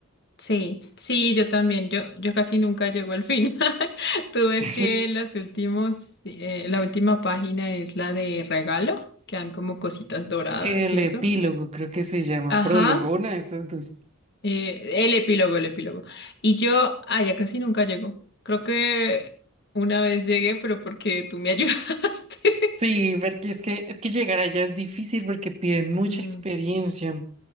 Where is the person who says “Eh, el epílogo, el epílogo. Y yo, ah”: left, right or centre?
Left